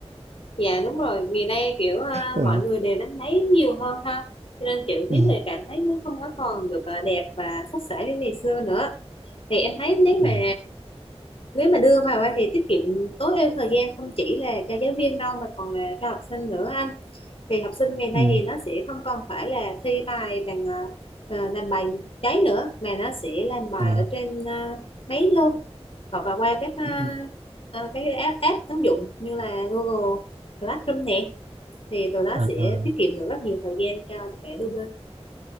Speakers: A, on the left (about 60°); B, on the right (about 85°).
A: Dạ đúng rồi, ngày nay kiểu à,
B: Ờ,
A: mọi người đều đánh máy nhiều hơn ha. Cho nên chữ viết
B: ừ,
A: thì cảm thấy nó không có còn được à, đẹp và sắc sảo như ngày xưa nữa. Thì em thấy nếu
B: ừ,
A: mà nếu mà đưa vào á thì tiết kiệm tối ưu thời gian không chỉ là cho giáo viên đâu mà còn là cho học sinh nữa anh. Thì học sinh ngày nay
B: ừ,
A: thì nó sẽ không còn phải là thi bài bằng à, à, làm bài giấy nữa mà nó sẽ làm bài
B: à,
A: ở trên à, máy luôn hoặc là qua các à,
B: ừ,
A: à, cái app, app ứng dụng như là Google Classroom nè thì từ đó
B: à,
A: sẽ
B: à.
A: tiết kiệm được rất nhiều thời gian cho cả đôi bên